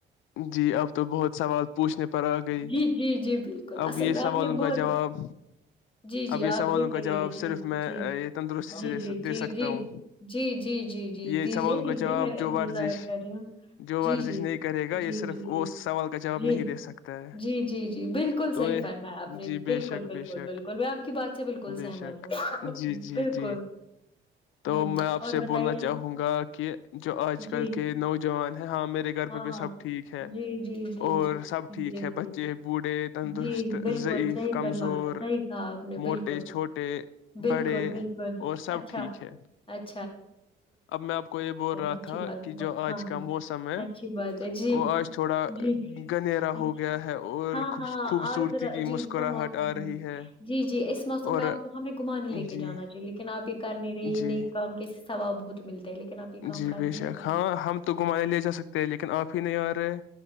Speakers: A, on the left (about 80°); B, on the left (about 25°).
A: جی اب تو بہت سوال پوچھنے پر آ گئی
B: جی جی جی بالکل
A: اب
B: اصل
A: یہ
B: میں آپ
A: سوال
B: نے
A: ان
B: بہت
A: کا جواب
B: جی جی
A: اب یہ
B: آپ
A: سوالوں
B: دیتے
A: کا
B: رہیے
A: جواب
B: جی
A: صرف میں
B: جی
A: اے، یہ تندرستی سے
B: جی
A: دے سک- دے
B: جی
A: سکتا ہوں
B: جی جی جی جی جی
A: یہ
B: دیجیے
A: سوالوں کا
B: دیجیے
A: جواب
B: میں
A: جو
B: انتظار
A: ورزش
B: کر رہی ہوں
A: جو ورزش
B: جی جی
A: نہیں کرے گا یہ
B: جی
A: صرف
B: جی
A: وہ
B: جی
A: سوال کا جواب
B: جی
A: نہیں دے سکتا ہے
B: جی جی جی بالکل
A: تو
B: صحیح
A: یہ
B: فرم اپپ نے
A: جی
B: بالکل
A: بے شک
B: بالکل
A: بے شک
B: بالکل میں آپ کی بات سے بالکل
A: بے
B: سہمت
A: شک
B: ہوں
A: جی جی
B: بالکل
A: جی تو
B: ہ
A: میں آپ
B: اور
A: سے
B: بتائیے
A: بولنا چاہوں گا کہ جو آج کل
B: جی
A: کے نوجوان ہاں میرے گھر
B: ہاں
A: پہ بھی
B: ہاں
A: سب ٹھیک ہے
B: جی جی جی
A: اور
B: جی
A: سب ٹھیک
B: جی
A: ہے
B: جی
A: بچے بوڑھے تندرست
B: جی بالکل
A: ضعیف
B: صحیح
A: کمزور
B: فرما رہا صحیح کہا آپ نے
A: موٹے
B: بالکل
A: چھوٹے
B: بالکل
A: بڑے
B: بالکل
A: اور سب
B: اچھا
A: ٹھیک ہے
B: اچھ
A: اب میں آپ کو یہ بول رہا
B: اچھی
A: تھا
B: بات
A: کہ
B: ہے
A: جو آج
B: ہاں
A: کا
B: ہاں
A: موسم ہے
B: اچھی بات ہے جی
A: وہ آج تھوڑا
B: جی
A: گنھیرا
B: اچھا
A: ہو گیا ہے اور
B: ہاں
A: خوبصورتی
B: ہاں آجر عجیب
A: کی مسکراہٹ
B: سا موسم
A: آ رہی ہے
B: جی جی اس موسم
A: اور
B: میں آپ کو ہمیں گھمانے لے کے
A: جی
B: جانا چاہیے لیکن آپ یہ کر نہیں رہی یہ
A: جی
B: نیک کام کس سبب بہت ملتا ہے لیکن آپ یہ کام
A: جی
B: کر
A: بے
B: ہی نہیں
A: شک
B: رہے
A: ہاں
B: ہیں
A: ہم تو گھمانے لے جا سکتے ہیں لیکن آپ ہی نہیں آ رہے